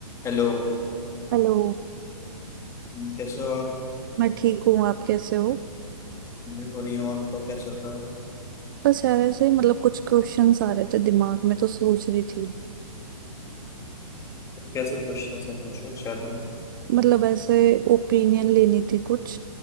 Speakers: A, on the left; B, on the right.
A: Hello
B: Hello
A: कैसे हो आप
B: मैं ठीक हूँ आप कैसे हो
A: मैं बढ़िया हूँ और बताओ क्या चल रहा है
B: बस यार ऐसे ही मतलब कुछ क्वेश्चंस आ रहे थे दिमाग में तो सोच रही थी
A: कैसे क्वेश्चन है पूछो शायद मैं
B: मतलब ऐसे ओपिनियन लेनी थी कुछ